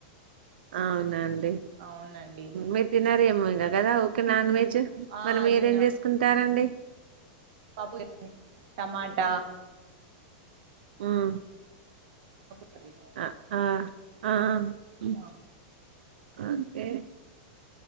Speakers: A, on the right; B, on the right.
A: అవునండి
B: అవునండి
A: మీరు తినరేమో. తినార్ కదా ఊకె నాన్ వెజ్
B: ఆ
A: మరి
B: అదినా
A: మీరేం చేసుకుంటారండి.
B: పప్పు <unintelligible> టమాటా
A: మ్మ్
B: కర్రీ,
A: ఆ ఆ ఆ ఈ
B: ఆ,
A: అంటే